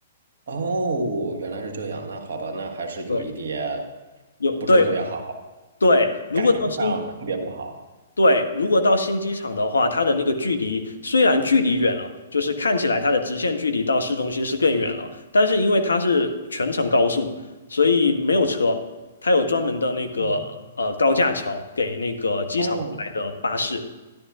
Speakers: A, on the right; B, on the left.
A: 哦，原来是这样。那好吧，那还是有一点
B: 对，有对
A: 不是特别好，
B: 对，如果到新
A: 感受上特别不好。
B: 对，如果到新机场的话，它的那个距离虽然距离远了，就是看起来它的直线距离到市中心是更远了，但是因为它是全程高速，所以没有车，它有专门的那个呃高架桥给那个机场来的巴士，
A: 哦哦